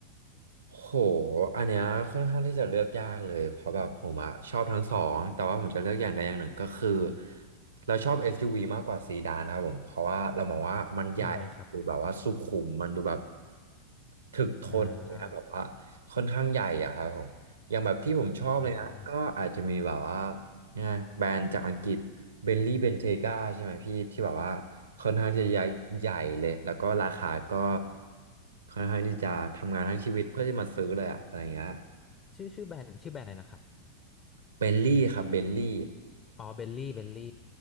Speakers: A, on the right (about 70°); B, on the left (about 25°).
A: โหอันเนี้ยค่อนข้างที่จะเลือกยากเลยเพราะแบบผมอะชอบทั้งสองแต่ว่าผมจะเลือกอย่างใดอย่างหนึ่งก็คือเราชอบ SUV มากกว่าซีดานครับผมเพราะว่าเรามองว่ามันใหญ่ดูแบบว่าสุขุมมันดูแบบ
B: ยังไงครับ
A: ถึกทนนะแบบว่า
B: อ่า
A: ค่อนข้างใหญ่อะครับผมอย่างแบบที่ผมชอบเลยนะก็อาจจะมีแบบว่า
B: อืม
A: ยังไงแบรนด์จากอังกฤษ เบนลี่เบนเทกาใช่ไหมพี่ที่แบบว่าค่อนข้างที่จะใหญ่ใหญ่เลยแล้วก็ราคาก็ค่อนข้างที่จะทำงานทั้งชีวิตเพื่อที่มาซื้อเลยอะอะไรเงี้ย
B: ชื่อชื่อแบรนด์ชื่อแบรนด์อะไรนะครับ
A: เบนลี่ครับเบนลี่
B: อ๋อเบลลี่เบลลี่